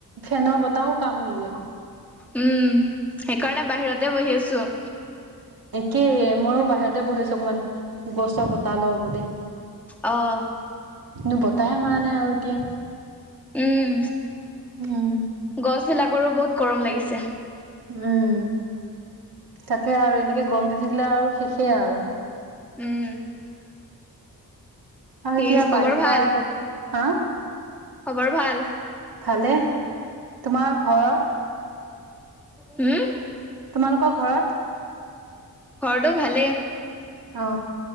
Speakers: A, on the right (about 70°); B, in the centre.
A: ফেনৰ বতাহও কাম নিদিয়ে।
B: উম সেইকাৰণে বাহিৰতে বহি আছোঁ।
A: কি ময়ো বাহিৰতে বহি আছোঁ অকমান গছৰ কত লওঁ বুলি।
B: আহ
A: কিন্তু বতাহে মাৰ নাই আৰু এতিয়া,
B: উম
A: উম,
B: গছ বিলাকৰো বহুত গৰম লাগিছে।
A: উম তাকে আৰু এনেকে গম দি থাকিলে আৰু শেষে আৰু।
B: উম
A: আৰু
B: কি
A: এতিয়া
B: খবৰ
A: বাৰিষা
B: ভাল?
A: হা
B: খবৰ ভাল?
A: ভালে তোমাৰ ঘৰত
B: হম?
A: তোমালোকৰ ঘৰত
B: ঘৰটো ভালে।
A: অ,